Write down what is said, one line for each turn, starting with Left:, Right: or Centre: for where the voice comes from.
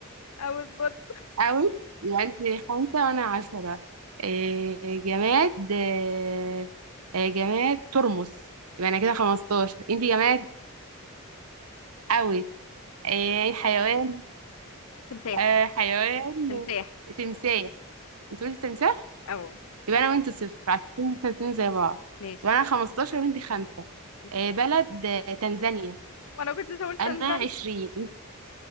Left: او برضه
Right: اوت يبقى انت خمسة وانا عشرة إيه جماد إيه إيه جماد ترمس يبقى انا كده خمستاشر انت جماد اوت إيه حيوان
Left: تمساح
Right: آه حيوان
Left: تمساح
Right: تمساح انت قلت تمساح
Left: او
Right: يبقى انا وانت صفر عشان احنا اتنين زي بعض
Left: ماشي
Right: يبقى انا خمستاشر وانت خمسة
Left: ماشي
Right: إيه بلد آه، تنزانيا
Left: وانا كنت لسه قلت
Right: انا
Left: تنزانيا
Right: عشرين